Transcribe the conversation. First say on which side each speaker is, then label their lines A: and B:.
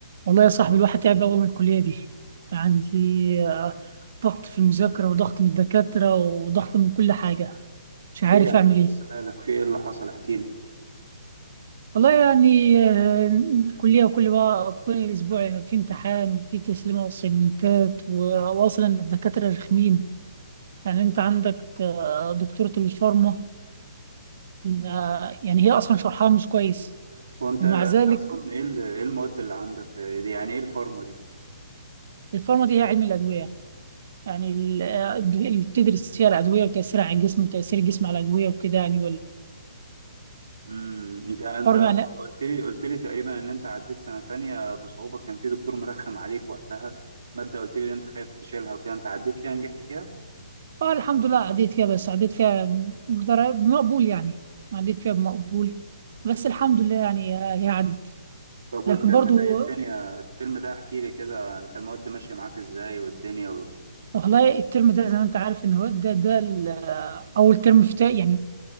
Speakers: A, on the right (about 55°); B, on the right (about 75°).
A: والله يا صاحبي الواحد تعب أوي من الكلية دي يعني آه، ضغط في المذاكرة وضغط من الدكاترة وضغط من كل حاجة مش
B: ليه
A: عارف
B: يا
A: أعمل
B: عم
A: إيه
B: بس مالك في ايه اللي حصل احكي لي
A: والله يعني آه، كلية وكل بقى كل أسبوع في امتحان في تسليمة وسيمنتات وأصلا الدكاترة رخمين يعني أنت عندك آه، دكتورة الفارما آه، يعني هي أصلا شرحها مش كويس
B: هو انت
A: ومع
B: انت
A: ذلك
B: اصلا ايه ال- ايه المواد اللي عندك إيه دي يعني ايه الفارما دي
A: الفارما دي هي علم الأدوية يعني ال- اللي بتدرس فيها الأدوية وتأثيرها على الجسم وتأثير الجسم على الأدوية وكده يعني
B: امم انت انت
A: والفارما يعني
B: قلت لي قلت لي تقريبا ان انت عديت سنة تانية بصعوبة كان في دكتور مرخم عليك وقتها مادة قلت لي ان انت خايف تشيلها وكده انت عديت فيها نجحت فيها
A: آه الحمد لله عديت فيها بس عديت فيها بدرجة بمقبول يعني عديت فيها بمقبول بس الحمد لله يعني آه، هي عدت
B: طب
A: لكن
B: والترم
A: برضو
B: ده ايه الدنيا الترم ده احكي لي كده انت المواد ماشية معاك ازاي والدنيا و...
A: والله الترم ده زي ما انت عارف ان هو ده ده ال- آه، اول ترم في تا- يعني